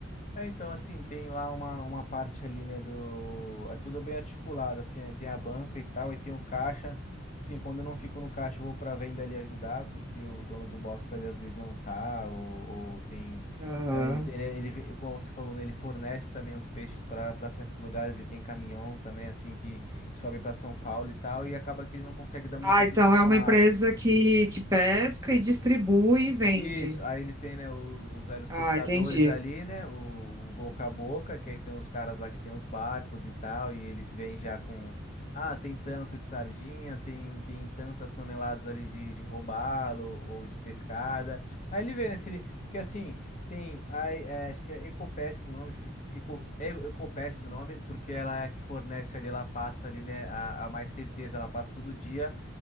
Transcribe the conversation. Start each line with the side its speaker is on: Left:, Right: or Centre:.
Left: É, então, assim, tem lá uma, uma parte ali, né, do... É tudo bem articulado, assim, aí tem a banca e tal, aí tem o caixa. Assim, quando eu não fico no caixa, eu vou pra venda ali ajudar, porque o dono do box ali às vezes não tá, ou, ou tem...
Right: Ah,
Left: é, ele, ele, ele- como você falou, né, ele fornece também os peixes para para certos lugares, ele tem caminhão também, assim, que, que sobe para São Paulo e tal, e acaba que ele não consegue dar muita
Right: Ah,
Left: atenção
Right: então é
Left: lá.
Right: uma empresa que, que pesca e distribui e vende.
Left: Isso, aí ele tem, né, o- os velhos pescadores
Right: Ah, entendi.
Left: ali, né, o, o boca a boca, que aí tem os caras lá que tem os barcos e tal, e eles vêm já com, ah, tem tanto de sardinha, tem, tem tantas toneladas ali de, de robalo ou de pescada. Aí ele vê, né, se ele, porque assim, tem, aí, é, acho que é Ecopesp o nome, fi- ficou, é Ecopesp o nome, porque ela é a que fornece ali, ela passa ali, né, a, a mais certeza, ela passa todo dia